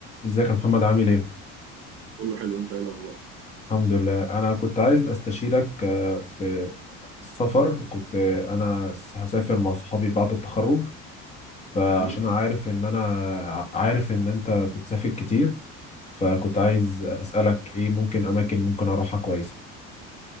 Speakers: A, on the left (about 25°); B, on the right (about 55°).
A: ازيك يا محمد عامل ايه؟
B: كله حلو انت ايه الاخبار
A: الحمد لله انا كنت عايز استشيرك آه، في السفر كنت آه، انا س- هسافر مع صحابي بعد التخرج فعشان
B: مم؟
A: عارف ان انا ع- عارف ان انت بتسافر كتير فكنت عايز اسالك ايه ممكن اماكن ممكن اروحها كويسة